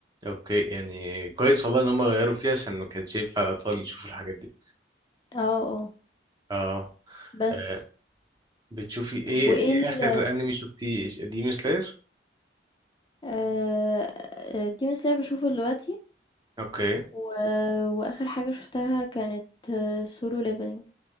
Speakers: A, on the right; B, on the left.
A: اوكي يعني كويس والله ان هم غيروا فيها عشان ما كانش ينفع الاطفال يشوفوا الحاجات دي
B: اه اه
A: اه
B: بس
A: آه، بتشوفي ايه
B: طب وايه
A: ايه اخر
B: ال
A: انمي شفتيه ديمون سلاير
B: آه آه ديمون سلاير بشوفه دلوقتي
A: اوكي
B: و... واخر حاجة شفتها كانت سولو ليفلينج